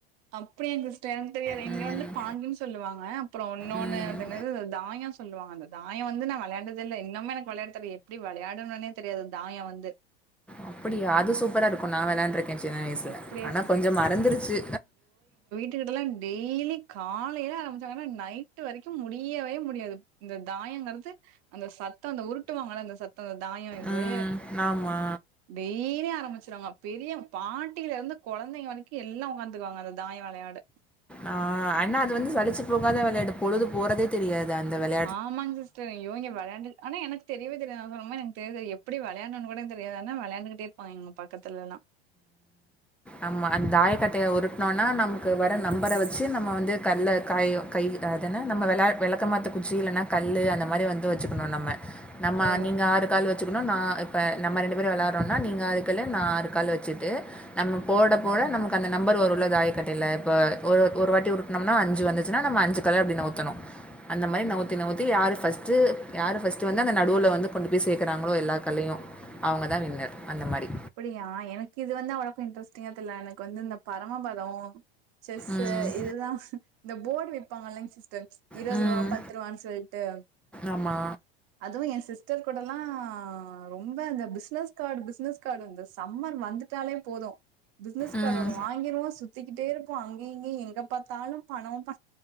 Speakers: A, on the right; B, in the centre.
A: அப்டியாங் சிஸ்டர் தெரியல
B: ம்
A: இங்க வந்து பாண்டின்னு சொல்லுவாங்க அப்றோ இன்னொன்னு
B: ம்
A: அது என்னாது தாயோ சொ சொல்லுவாங்க அந்த தாயோ வந்து நா வெளான்டதே இல்ல இன்னமு எனக்கு வெளாட தெர்ல எப்டி வெளாடணும்னே தெரியாது தாயோ வந்து
B: அப்டியா அது சூப்பரா இருக்கு நா வெளாண்ருக்கே சின்ன வயசுல
A: அப்டியா
B: ஆனா கொஞ்சோ மறந்துருச்சு
A: த்து வீடெல்லா டெய்லி காலையில ஆரம்பிச்சாங்கன்னா நைட்டு வரைக்கு முடியவே முடியாது இந்த தாயங்கறது அந்த சத்தோ அந்த உருட்டுவாங்களா அந்த சத்ததோ தாயம் அது
B: ம் ஆமா.
A: டெய்லியு ஆரம்பிச்சுருவாங்க பெரிய பாட்டில இருந்து கொழந்தைங்க வரைக்கு எல்லா உக்காந்து தூக்குவாங்க அந்த தாயோ வெளையாட
B: ஆ அனா அது வந்து சழிச்சு போகாத வெளையாட்டு பொழுது போறதே தெரியாது அந்த வெல
A: ஆமாங்க சிஸ்டர் யோ இங்க வெளயாண்டு ஆனா எனக்கு தெரியவே தெரியாது அப்பறமா எனக்கு தெர்ல எப்டி வெலயாடனுன்னு கூட எனக்கு தெரியாது ஆனா வெளாண்டுகிட்டே இருப்பாங்க இங்க பக்கத்துலெல்லா
B: ஆம்ம அந்த தாயக்கட்டய உருட்னோன்னா நமக்கு வர நம்பர வெச்சு நம்ம வந்து கல்ல காயு கை அதென்னா நம்ம விள விளக்க மாத்து குச்சி இல்லன்னா கல்லு அந்த மாரி வந்து வெச்சுக்கணு நம்ம நம்ம
A: ஓ
B: நீங்க ஆறு கால் வெ சுக்கணு நா இப்ப நம்ம ரெண்டு பேரு வெளாட்றோன்னா நீங்க ஆறு கல்லு நா ஆறு கல்லு வெச்சுட்டு நம்ம போட போட நமக்கு அந்த நம்பர் வருல தாய கட்டைல இப்போ ஒரு ஒரு வாட்டி உருட்டனோம்னா அஞ்சு வந்துச்சுன்னா நம்ம அஞ்சு கல்ல அப்டி வுத்தனு அந்த மாரி நவுத்தி நவுத்தி யாரு பஸ்ட்டு யாரு பஸ்ட்டு வந்து அந்த நடுவுல கொண்டு போய் சேக்கறாங்களோ எல்லா கல்லயு அவங்கதா வின்னர் அந்த மாரி
A: அப்பிடியா எனக்கு இது வந்து அவளோக்கும் இன்ட்ரெஸ்டிங்கா தெர்ல எனக்கு வந்து இந்தப் பரமபதம் செஸ்சு
B: ம்.
A: இதுதா இந்த போர்டு விப்பாங்கில்லைங் சிஸ்டர் இரவது
B: ம்
A: ரூபா பத்துரூவான்னு சொல்ட்டு
B: ஆமா
A: அதுவு என் சிஸ்டர் கூடல்லா ரொம்ப அந்த பிஸ்னஸ் கார்ட்டு பிஸ்னஸ் கார்ட்டு இந்த சம்மன் வந்துட்டாலே போதும் பிஸ்னஸ்
B: ம்
A: கார்ட்டு ஒன்னு வாங்கிருவா சுத்திக்கிட்டே இருப்பா அங்கயு இங்கயு எங்க பாத்தாலு பணோ ப